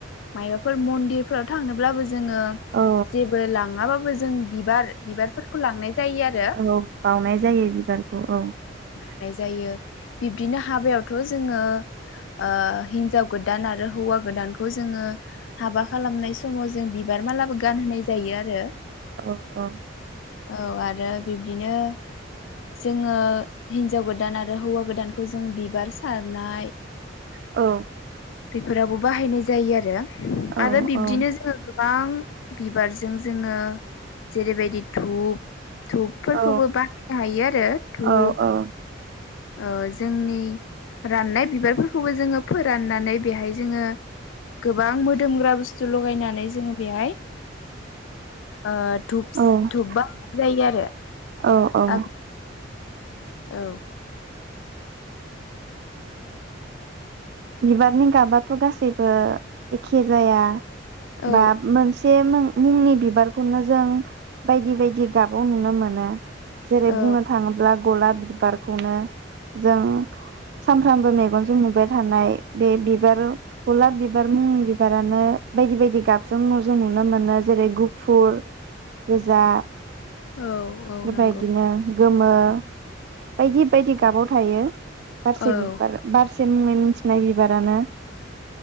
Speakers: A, on the left; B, on the right.
A: मायबाफोर मन्दिरफोराव थांनोब्लाबो जों जोङो
B: औ
A: जेबो लाङाबाबो जों बिबार बिबारफोरखौ लांनाय जायो आरो
B: औ बावनाय जायो बिबारखौ औ ।
A: बावनाय जायो बिबदिनो हाबायावथ' जोङो ओ हिन हिनजाव गोदान आरो हौवा गोदानखौ जोङो हाबा खालामनाय समाव जों बिबार मालाबो गानहोनाय जायो आरो
B: औ -औ
A: औ आरो बिब्दिनो जोङो हिन्जाव गोदान आरो हौवा गोदानखौ जों बिबार सारनाय
B: औ
A: बेफोरावबो बाहायनाय जायो आरो
B: औ
A: आरो बिब्दिनो
B: औ
A: जोङो गोबां बिबारजों जोङो जेरै बायदि धुप धुपफोरखौबो
B: औ
A: बानायनो हायो आरो धुप
B: औ
A: ओ जोंनि राननाय बिबारफोरखौबो जोङो फोर राननानै बेहाय जोङो गोबां मोदोमग्रा बुस्थु लगायनानै जोङो बेहाय ओ धुप
B: औ
A: धुप बानायनाय जायो आरो
B: औ -औ
A: आगु औ
B: बिबारनि गाबाथ' गासैबो एखे जाया।
A: औ
B: बा मोनसे मुंनि बिबारखौनो जों बायदि बायदि गाबाव नुनो मोनो। जेरै
A: औ
B: बुंनो थाङोब्ला गलाब बिबारखौनो जों सानफ्रामबो मेगजों नुबाय थानाय बे बिबार गलाब बिबार मुंनि बिबारानो बायदि बायदि गाब जों नुनो मोनो जेरै गुफुर, गोजा
A: औ औ
B: बेबायदिनो
A: नंगौ
B: गोमो बायदि बायदि गाबाव थायो। बारसे
A: औ
B: बिबार बार <unintelligible> मिथिनाय बिबारानो